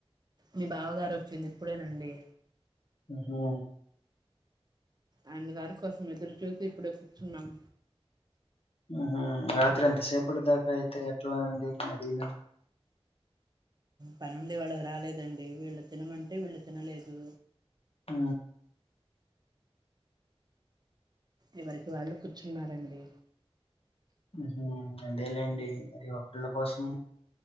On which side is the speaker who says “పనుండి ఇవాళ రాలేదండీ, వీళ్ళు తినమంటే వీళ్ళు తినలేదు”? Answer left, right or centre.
Right